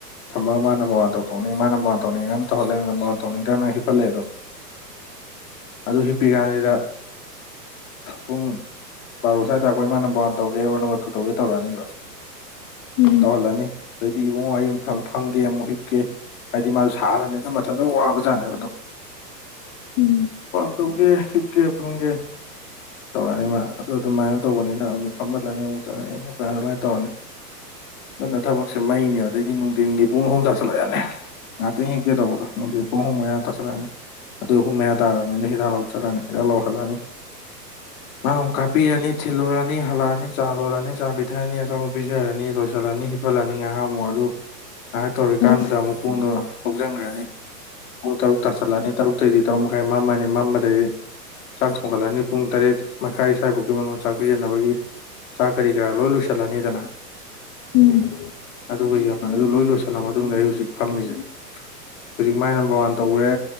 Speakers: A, on the left; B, on the left.
A: ꯊꯝꯕ ꯃꯥꯅ ꯃ ꯇꯧꯊꯣꯛꯅꯤꯡ ꯃꯥꯅ ꯃ ꯇꯧꯅꯤꯡꯉꯅ ꯇꯧꯍꯜꯂꯦꯅ ꯇꯧꯅꯤꯡꯗ꯭ꯔ ꯅꯅ ꯍꯤꯞꯍꯜꯂꯦ ꯑꯗꯣ ꯑꯗꯨ ꯍꯤꯄꯤꯒꯅꯤꯗ ꯄꯨꯡ ꯕꯥꯔꯣ ꯁ꯭ꯋꯥꯏ ꯑꯗ ꯑꯩꯈꯣꯏ ꯃꯥ ꯅꯝꯕꯔ ꯋꯥꯟ ꯇꯧꯒꯦ ꯑꯣꯔ ꯅꯝꯕꯔ ꯇꯨ ꯇꯧꯒꯦ ꯇꯧꯔꯛꯑꯅꯤꯕ
B: ꯎꯝ
A: ꯇꯧꯍꯜꯂꯅꯤ ꯑꯗꯗꯤ ꯏꯕꯨꯡꯉꯌ ꯃꯐ ꯐꯪꯒꯦ ꯑꯃꯨꯛ ꯍꯤꯞꯀꯦ ꯍꯥꯏꯗꯤ ꯃꯥꯁꯨ ꯁꯥꯔꯕꯅꯤꯅ ꯃꯊꯟꯇ ꯋꯥꯕꯖꯥꯠꯅꯦꯕ ꯑꯗꯨꯝ
B: ꯎꯝ
A: ꯇ ꯈꯪꯒꯦ ꯍꯤꯞꯀꯦ ꯐꯪꯒꯦ ꯇꯧꯔꯛꯑꯅꯤ ꯃꯥ ꯑꯗꯨꯗꯣ ꯑꯗꯨꯃꯥꯏꯅ ꯇꯧꯕꯅꯤꯅ ꯑꯃꯨꯛ ꯐꯝꯍꯠꯂꯅꯤ ꯑꯃꯨꯛ ꯆꯠꯂꯅꯤ ꯑꯗꯨꯃꯅ ꯇꯧꯔꯅꯤ ꯑꯗꯨꯅ ꯊꯕꯛꯁꯦ ꯃꯩꯅꯦ ꯑꯗꯩꯗꯤ ꯅꯨꯡꯊꯤꯟꯒꯤ ꯄꯨꯡ ꯑꯍꯨꯝ ꯇꯥꯥꯁꯜꯂꯛ ꯌꯥꯅꯤ ꯉꯥꯛꯇ ꯍꯦꯛꯀꯦ ꯇꯧꯕ꯭ꯔꯣꯅꯨꯡꯗꯤꯠ ꯄꯨꯡꯍꯣꯡ ꯃꯌꯥꯗ ꯇꯥꯁꯤꯜꯂꯛꯑꯅꯤ ꯑꯗꯨ ꯑꯍꯨꯝ ꯃꯌꯥ ꯇꯥꯔꯕꯔꯕꯅꯤꯣꯏꯅ ꯍꯤꯗꯥꯛ ꯂꯧ ꯆꯠꯂꯛꯑꯅꯤ ꯍꯤꯗꯥꯛ ꯂꯧꯍꯜꯂꯛꯑꯅꯤ ꯑ ꯀꯥꯄ ꯌꯥꯅꯤ ꯊꯤꯜꯂꯨꯔꯅꯤ ꯍꯜꯂꯛꯑꯅꯤ ꯆꯥ ꯂꯣꯜꯂꯅꯤ ꯆꯥ ꯄꯤꯊꯛꯑꯅꯤ ꯑꯆꯥꯧꯕꯠ ꯄꯤꯖꯔꯅꯤ ꯂꯣꯏꯁꯤꯜꯂꯅꯤ ꯍꯤꯄꯜꯂꯅꯤ ꯉꯥꯏꯍꯥꯃꯨꯛ ꯑꯗꯨ ꯑꯗꯨ ꯉꯥꯏꯍꯥꯛ ꯇꯧꯔꯤ ꯀꯥꯟꯗꯨꯗ
B: ꯎꯝ
A: ꯑꯃꯨꯛ ꯄꯨꯡꯗꯣ ꯍꯧꯖꯤꯟꯈ꯭ꯔꯅꯤ ꯄꯨꯡ ꯇꯔꯨꯛ ꯇꯥꯁꯤꯜꯂꯅꯤ ꯇꯔꯨꯛ ꯑꯇꯩꯗꯤ ꯇꯔꯨꯛ ꯃꯈꯥꯏ ꯃꯝꯃꯅꯤ ꯃꯝꯕꯗꯩꯗꯤ ꯆꯥꯛ ꯊꯣꯡꯒꯠꯂꯅꯤ ꯄꯨꯡ ꯇꯔꯦꯠ ꯃꯈꯥꯏ ꯁ꯭ꯋꯥꯏꯐꯥꯎꯒꯤ ꯃꯅꯨꯡꯗ ꯆꯥꯛ ꯄꯤꯖꯕꯒꯤ ꯆꯥꯛ ꯀꯔꯤ ꯀꯔꯥ ꯂꯣꯏ ꯂꯣꯏꯁꯤꯜꯂꯅꯤꯗꯅ
B: ꯎꯝ
A: ꯑꯗꯨꯒ ꯌꯦꯡꯉꯣ ꯑꯗꯨ ꯂꯣꯏ ꯂꯣꯏꯁꯤꯜꯂ ꯃꯇꯨꯡꯗ ꯑꯩ ꯍꯧꯖꯤꯛ ꯐꯝꯃꯤꯁꯤꯅꯤ ꯍꯧꯖꯤꯛ ꯃꯥꯥꯏ ꯅꯝꯕꯔ ꯋꯥꯟ ꯇꯧꯈ꯭ꯔꯦ